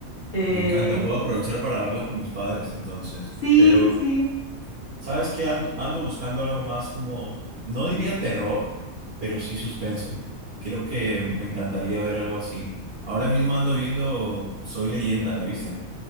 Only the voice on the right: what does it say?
Me encanta, puedo aprovechar para verlas con mis padres entonces.
Pero,
¿sabes qué? Ando, ando buscando algo más como, no diría terror, pero sí suspenso. Creo que me encantaría ver algo así. Ahora mismo ando viendo Soy Leyenda, ¿la viste?